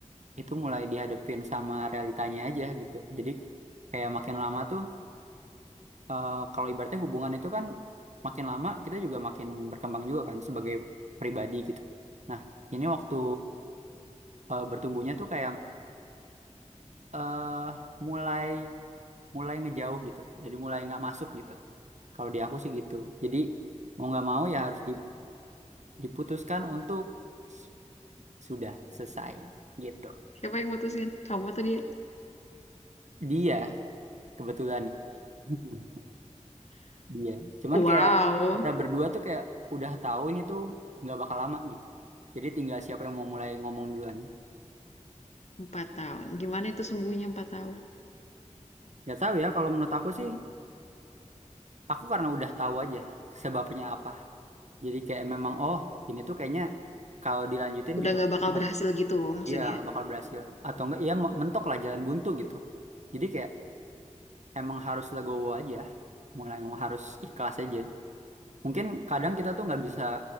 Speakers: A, on the right (about 65°); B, on the left (about 60°).
A: itu mulai dihadapin sama realitanya aja gitu. Jadi kayak makin lama tuh eh, kalau ibaratnya hubungan itu kan makin lama kita juga makin berkembang juga kan sebagai pribadi gitu. Nah, ini waktu eh, bertumbuhnya tuh kayak eh mulai mulai ngejauh gitu. Jadi mulai nggak masuk gitu. Kalau di aku sih gitu. Jadi mau nggak mau ya harus di- diputuskan untuk s- sudah selesai gitu.
B: siapa yang mutusin kamu atau dia
A: Dia kebetulan <laughs> Iya, cuman
B: wow
A: kayak kita berdua tuh kayak udah tahu ini tuh nggak bakal lama gitu. Jadi tinggal siapa yang mau mulai ngomong duluan.
B: Empat tahun. Gimana itu sembuhnya empat tahun?
A: Nggak tahu ya, kalau menurut aku sih, aku karena udah tahu aja sebabnya apa. Jadi kayak memang, oh ini tuh kayaknya kalau dilanjutin
B: Udah
A: juga
B: nggak bakal
A: aman.
B: berhasil gitu maksudnya.
A: Iya, nggak bakal berhasil. Atau enggak, ya me- mentok lah jalan buntu gitu. Jadi kayak emang harus legowo aja, mulai emang harus ikhlas aja. Mungkin kadang kita tuh nggak bisa